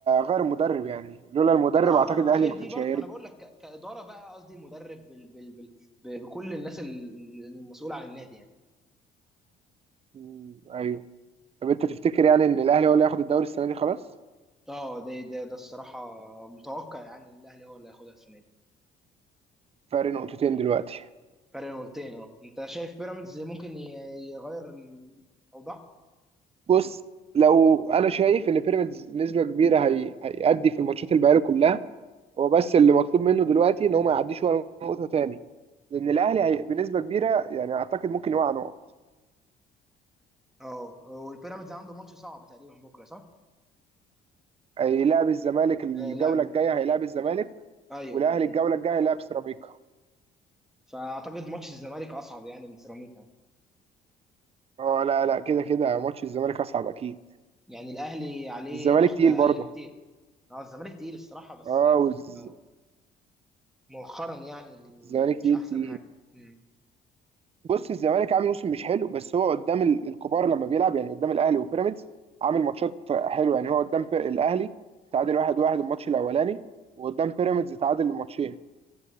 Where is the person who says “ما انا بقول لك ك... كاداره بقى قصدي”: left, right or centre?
Centre